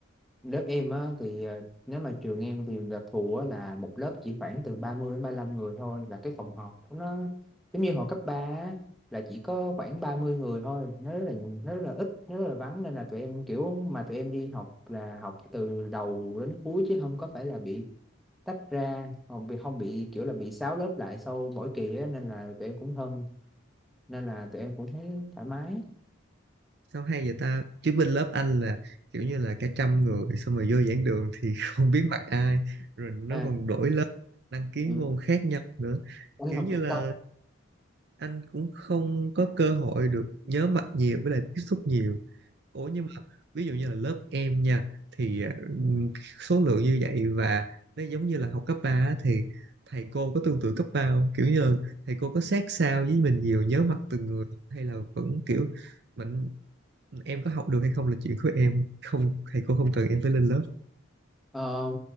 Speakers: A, in the centre; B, on the right (about 50°).
A: lớp em á thì ờ, nếu mà trường em thì đặc thù á là một lớp chỉ khoảng từ 30 đến ba lăm người thôi và cái phòng họp của nó giống như hồi cấp 3 á, là chỉ có khoảng 30 người thôi nó rất là nó rất là ít nó rất là vắng nên là tụi em kiểu mà tụi em đi học là học từ đầu đến cuối chứ không có phải là bị tách ra không bị không bị kiểu là bị sáu lớp lại sau mỗi kỳ á nên là tụi em cũng thân nên là tụi em cũng thấy thoải mái
B: sao hay vậy ta chứ bên lớp anh là kiểu như là cả trăm người xong rồi vô giảng đường thì <laughs> không biết mặt ai rồi nó
A: à,
B: còn đổi lớp đăng ký
A: ừ,
B: môn khác nhau nữa
A: anh
B: kiểu
A: học
B: như
A: trung
B: là
A: tâm
B: anh cũng không có cơ hội được nhớ mặt nhiều với lại tiếp xúc nhiều Ủa nhưng mà ví dụ như là lớp em nha thì ừm, số lượng như vậy và nó giống như là học cấp 3 á, thì thầy cô có tương tự cấp 3 không? Kiểu như là thầy cô có sát sao với mình nhiều nhớ mặt từng người hay là vẫn kiểu mình em có học được hay không là chuyện của em không thầy cô không cần em phải lên lớp
A: Ờ,